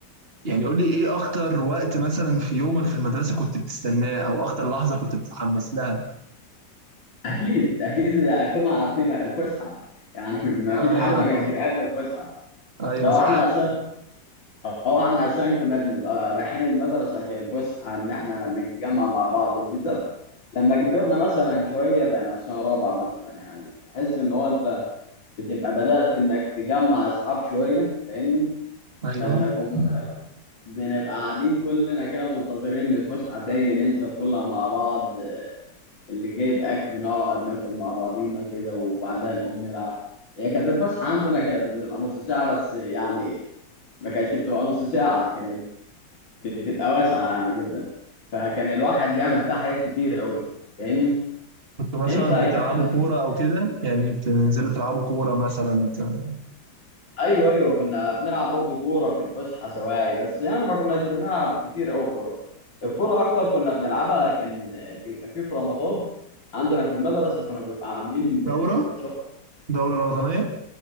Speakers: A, on the right; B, on the left.
A: يعني قول لي إيه أكتر وقت مثلا في يومك في المدرسة كنت بتستناه أو أكتر لحظة كنت بتتحمس لها
B: أكيد أكيد كلنا عارفين الفسحة يعني <laughs> ما فيش
A: أيوه
B: حد ما
A: طبعا
B: كانش يحب الفسحة
A: ايوه
B: ده
A: صح
B: واحنا أساسا هو احنا عشان كنا بنبقى رايحين المدرسة في الفسحة إن احنا نتجمع مع بعض وبالذات لما كبرنا مثلا شوية بقينا في سنة رابعة مثلا يعني تحس إن هو أنت بتبقى بدأت إنك تجمع أصحاب شوية فاهمني؟
A: ايوه
B: فإنكم بنبقى قاعدين كلنا كده منتظرين إن الفسحة تيجي ننزل كلها مع بعض آه، اللي جايب أكل نقعد ناكل مع بعضينا كده وبعدها نقوم نلعب هي كانت الفسحة عندنا كانت بتبقى نص ساعة بس يعني ما كانتش بتبقى نص ساعة كانت بتبقى واسعة يعني جدا فكان الواحد بيعمل فيها حاجات كتير قوي فاهمني
A: كنتوا مثلا
B: انت
A: بتلعبوا
B: كلام
A: كوره او كده يعني بتنزلوا تلعبوا كوره مثلا ت-
B: ايوه ايوه كنا بنلعب برضو كورة في الفسحة سواعي بس يعني ما كناش بنلعب كتير قوي كورة الكورة اكتر كنا بنلعبها كان بيبقى فيه في رمضان عندنا في المدرسة كانوا بيبقى عاملين آه،
A: دوره
B: ماتشات
A: دوره رمضانيه